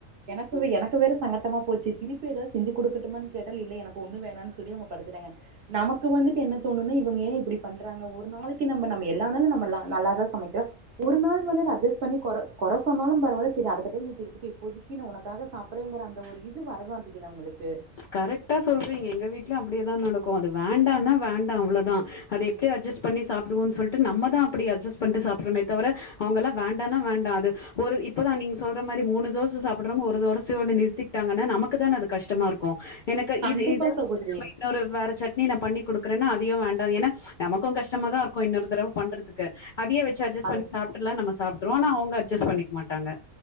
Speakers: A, on the right (about 60°); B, on the left (about 75°).
A: எனக்கு எனக்கு வேற சங்கட்டமா போச்சு திருப்பி ஏதாவது செஞ்சு குடுக்கட்டுமா கேட்டால் இல்ல எனக்கு ஒண்ணு வேணான்னு சொல்லி அவு படுத்துட்டாங்க நமக்கு வந்துட்டு என்ன தோணுனா இவுங்க ஏ இப்படி பண்றாங்க ஒரு நாளைக்கு நம்ம நம்ம எல்லா நாளு நம்ம ல நல்லா தா சமைக்கறோ ஒரு நாள் வந்து அத அஜஸ் பண்ணி கொற கொறை சொன்னாலும் பரவால்ல சரி அடுத்த டைம் இப்படி இருக்குது இப்போதைக்கு நா உனக்காக சாப்படறேங்கற அந்த ஒரு இது வரமாட்டேங்குது அவுங்களுக்கு
B: கரெக்டா சொல்றீங்க எங்க வீட்லயு அப்படியேதா நடக்கு அது வேண்டான்னா வேண்டா அவ்ளோதா அது எப்படி அட்ஜஸ்ட் பண்ணி சாப்டுவோன் சொல்ட்டு நம்ம தா அப்பிடி அட்ஜஸ்ட் பண்ணிட்டு சாப்பிடறமே தவர அவங்க எல்லா வேண்டானா வேண்டா அது ஒரு இப்பதா நீங்க சொல்ற மாரி மூணு தோச சாப்புடறவங்க ஒரு தோசையோட நிறுத்திக்கிட்டாங்கன்னா நமக்கு தான அது கஷ்டமா இருக்கு எனக்கு
A: கண்டிப்பா
B: இது இத
A: சகோதரி
B: நம்ம இன்னொரு வேற சட் னி நா பண்ணி குடுக்குறேன்னா அதையு வேண்டா ஏன்னா நமக்கு கஷ்டமா தா இருக்கு இன்னொரு தடவ பண்றதுக்கு அதயே வச்சு அட்ஜஸ்
A: அது
B: பண்ணி சாப்ட்ருலான் நம்ம சாப் ஆனா அவுங்க அட்ஜஸ் பண்ணிக்க மாட்டாங்க